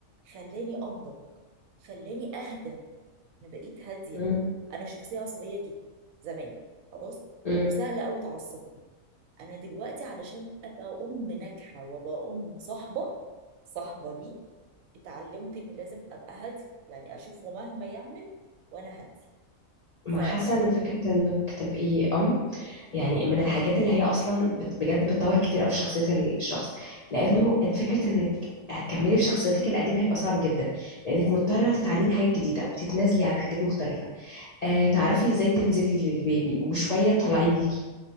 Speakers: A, on the right (about 80°); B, on the left (about 65°).
A: خلاني انضج خلاني اهدى انا بقيت هادية
B: مم.
A: انا شخصية عصبية جدا زمان خلاص
B: مم.
A: وسهلة قوي تعصبني انا دلوقتي علشان ابقى ام ناجحة وابقى ام صاحبة صاحبة ليه اتعلمت اني لازم ابقى هادي يعني اشوفه مهما يعمل وانا هادي
B: ما
A: ف
B: حاسه ان فكره انك تبقي ام يعني من الحاجات اللي هي اصلا بت- بجد بتطور كتير قوي في شخصيه الشخص لانه انت فكره انك هتكملي في شخصيتك القديمه هيبقى صعب جدا لانك مضطره تتعلمي حاجات جديده وتتنازلي عن حاجات مختلفه آه تعرفي ازاي تنزلي للبيبي وشويه تطلعيه بيكي